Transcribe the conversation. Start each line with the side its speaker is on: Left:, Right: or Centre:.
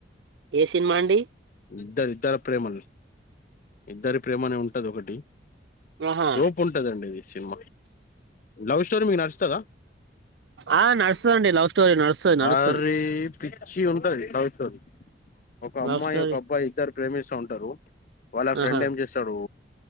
Right: ఏ సినిమా అండి
Left: ఇద్దది ఇద్దర ప్రేమలు ఇద్దరి ప్రేమ అనే ఉంటది ఒకటి
Right: ఆహా
Left: సోపు ఉంటదండి ఇది సినిమా లవ్ స్టోరీ మీకు నచ్చుతదా
Right: ఆ నడుస్తుద అండి లవ్ స్టోరీ నడుస్తుది నడుస్తుది
Left: అరే పిచ్చి ఉంటది లవ్ తోని ఒక
Right: లవ్
Left: అమ్మాయి
Right: స్టోరీ
Left: ఒక అబ్బాయి ఇద్దరు ప్రేమిస్త ఉంటారు వాళ్ళ ఫ్రెండ్
Right: ఆహా
Left: ఏం చేస్తాడూ